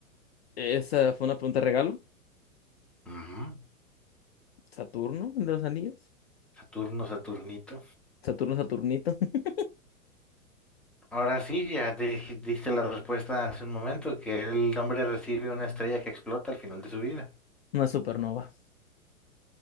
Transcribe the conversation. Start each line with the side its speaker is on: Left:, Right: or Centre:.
Left: Esa fue una pregunta regalo.
Centre: Ujú.
Left: Saturno, el de los anillos.
Centre: Saturno, Saturnito.
Left: Saturno, Saturnito. <laughs>
Centre: Ahora sí, ya te dij- diste la respuesta hace un momento, que el hombre recibe una estrella que explota al final de su vida.
Left: Una supernova,